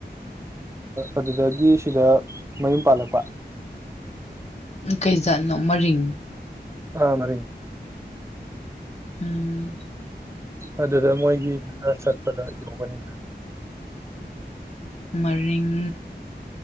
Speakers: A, on the right; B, on the left.
A: ꯑꯗꯨꯗꯒꯤ ꯁꯤꯗ ꯃꯌꯨꯝ ꯄꯥꯜꯂꯛꯄ
B: ꯀꯩꯖꯥꯠꯅꯣ ꯃꯔꯤꯡ
A: ꯑꯥ ꯃꯔꯤ
B: ꯎꯝ
A: ꯑꯗꯨꯗ ꯃꯣꯏꯒꯤ ꯆꯠꯄꯗ ꯌꯧꯕꯅꯤꯅ
B: ꯃꯔꯤꯡ